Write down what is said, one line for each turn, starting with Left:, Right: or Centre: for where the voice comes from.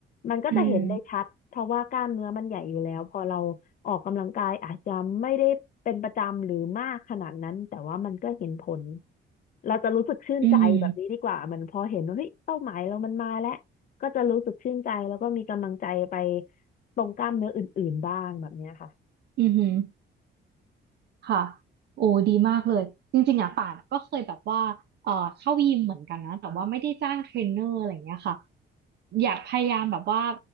Left: มันก็จะเห็นได้ชัดเพราะว่ากล้ามเนื้อมันใหญ่อยู่แล้วพอเรา
Right: อืม
Left: ออกกำลังกายอาจจะไม่ได้เป็นประจำหรือมากขนาดนั้นแต่ว่ามันก็เห็นผลเราจะรู้สึกชื่นใจแบบนี้ดีกว่ามันพอเห็นว่าเฮ้ยเป้าหมายเรามันมาแล้ว
Right: อืม
Left: ก็จะรู้สึกชื่นใจแล้วก็มีกำลังใจไปตรงกล้ามเนื้ออื่นๆบ้างแบบเนี้ยค่ะ
Right: อือหือค่ะ โอ้ดีมากเลย จริงๆอ่ะป่านก็เคยแบบว่าเอ่อเข้ายิมเหมือนกันนะแต่ว่าไม่ได้จ้างเทรนเนอร์อะไรอย่างเงี้ยค่ะอยากพยายามแบบว่า